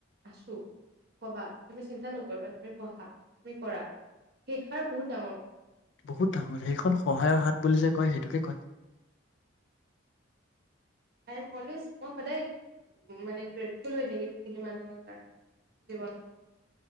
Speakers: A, on the right; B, on the left.
A: আছো কবা তুমি চিন্তা নকৰিবা তুমি পঢ়া তুমি কৰা শেষাৰ বহুত ডাঙৰ কথা।
B: বহুত ডাঙৰ সেইখন সহায়ৰ হাত বুলি যে কয় সেইটোকে কয়
A: আই এম অলৱেজ মই সদায় মানে গ্ৰেটফুল হৈ থাকিম সেইখিনি মানুহৰ কাৰণে জীৱনত।